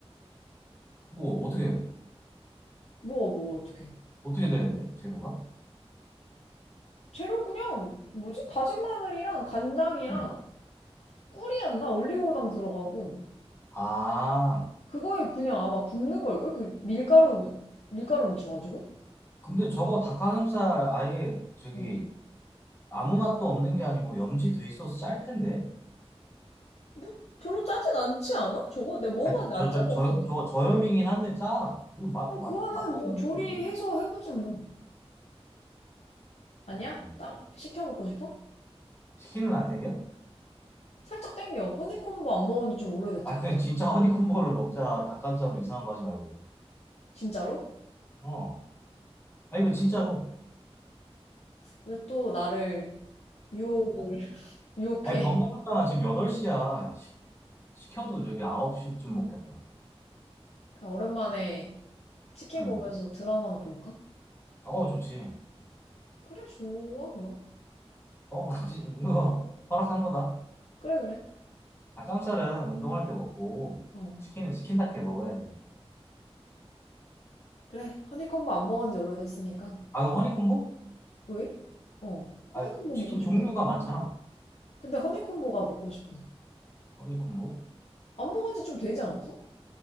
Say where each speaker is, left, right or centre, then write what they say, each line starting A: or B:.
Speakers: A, on the left; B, on the left.
A: 뭐, 어떻게,
B: 뭐가 뭐, 어떡해.
A: 어떻게 되는데? 재료가?
B: 재료 그냥 뭐지 다진 마늘이랑 간장이랑
A: 음.
B: 꿀이었나 올리고당 들어가고
A: 아,
B: 그거에 그냥 아마 굽는 걸걸 그 밀가루 묻- 밀가루 묻혀가지고
A: 근데 저거 닭가슴살 아예 저기
B: 응
A: 아무 맛도 없는 게 아니고 염지 돼 있어서 짤 텐데.
B: 뭐 별로 짜진 않지 않아? 저거 내가 먹어봤는데
A: 아, 저,
B: 안
A: 저,
B: 짠 거
A: 저,
B: 같은데.
A: 저거 저염이긴 한데 짜. 그리고 맛,
B: 그럼
A: 맛,
B: 그거는
A: 맛도
B: 뭐
A: 없는데
B: 조리해서
A: 뭘.
B: 해보지 뭐 아니야
A: 음, 음.
B: 딱 시켜 먹고 싶어
A: 치킨은 안 땡겨?
B: 살짝 땡겨 허니콤보 안 먹은 지 좀 오래됐잖아
A: 아, 그냥 진짜 허니콤보를 먹자. 닭가슴살로 이상한 거 하지 말고.
B: 진짜로
A: 어. 아, 이거 진짜로.
B: 왜 또 나를 유혹을 <laughs> 유혹해
A: 아니, 번거롭잖아. 지금 8시야. 시켜도 저기 9시쯤 먹겠다.
B: 그냥 오랜만에 치킨
A: 음.
B: 보면서 드라마나 볼까?
A: 어, 좋지.
B: 그래, 좋아, 그럼.
A: 어, <laughs> 지- 이거 허락한 거다.
B: 그래, 그래.
A: 닭가슴살은 운동할 때 먹고,
B: 어.
A: 치킨은 치킨답게 먹어야지.
B: 그래, 허니콤보 안 먹은 지 오래됐으니까.
A: 아, 그럼 허니콤보?
B: 왜? 어.
A: 아,
B: 허니콤보
A: 치킨
B: 먹고 싶다.
A: 종류가 많잖아.
B: 근데 허니콤보가 먹고 싶어.
A: 허니 콤보?
B: 안 먹은 지 좀 되지 않았어?